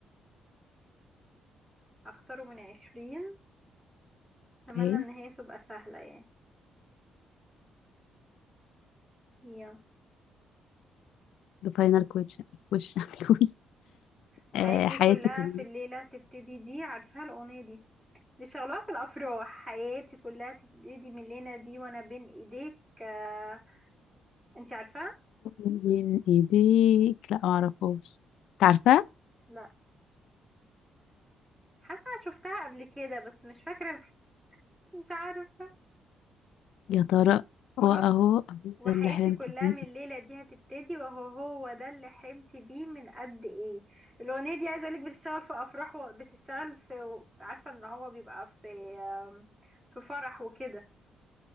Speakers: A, on the right; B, on the left.
A: اختاره من عشرين اتمنى
B: اوكي
A: ان هي تبقى سهلة يعني يلا
B: the final question question <laughs> cool.
A: حياتي
B: آه حياتي
A: كلها
B: كلها
A: في الليلة تبتدي دي عارفاها الاغنية دي دي شغلها في الافراح حياتي كلها تبتدي من لينا دي وانا بين ايديك آه. انت عارفه
B: بين ايديك لا معرفوش تعرفه
A: لا حاسه شفتها قبل كده بس مش فاكره <laughs> مش عارفه
B: يا ترى واهو
A: وهو
B: أهو
A: وحياتي
B: ده اللي حلمت
A: كلها
B: بيه
A: من الليله دي هتبتدي وهو هو ده اللي حلمت بيه من قد ايه الاغنيه دي عايزه اقولك بتشتغل في افراح وبتشتغل في عارفه ان هو بيبقى في آم، في فرح وكده